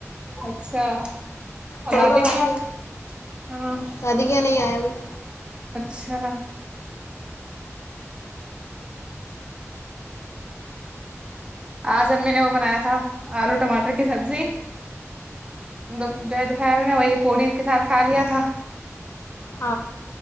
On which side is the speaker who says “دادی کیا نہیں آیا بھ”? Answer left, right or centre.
Left